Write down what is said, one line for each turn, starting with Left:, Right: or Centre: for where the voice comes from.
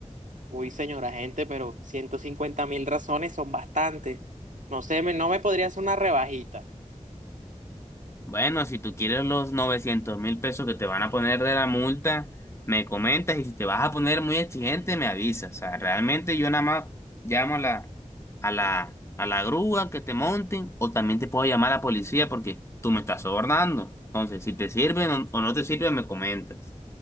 Right: Uy, señora gente, pero ciento cincuenta mil razones son bastantes. No sé, me- no me podría hacer una rebajita.
Left: Bueno, si tú quieres los novecientos mil pesos que te van a poner de la multa, me comentas y si te vas a poner muy exigente, me avisas. O sea, realmente yo nada más llamo a la, a la, a la grúa que te monten o también te puedo llamar a la policía porque tú me estás sobornando. Entonces, si te sirven o o no te sirven, me comentas.